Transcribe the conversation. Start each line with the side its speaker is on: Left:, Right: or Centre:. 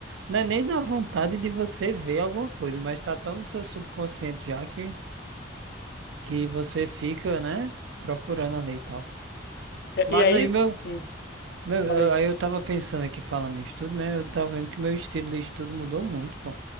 Right: Não é nem na vontade de você ver alguma coisa, mas tá tão no seu subconsciente já que, que você fica, né? Procurando ali e tal.
Left: É,
Right: Mas
Left: e aí
Right: aí meu,
Left: hum,
Right: meu,
Left: fala
Right: eu-
Left: aí.
Right: aí eu tava pensando aqui falando em estudo, né? Eu tava vendo que meu estilo de estudo mudou muito, pô.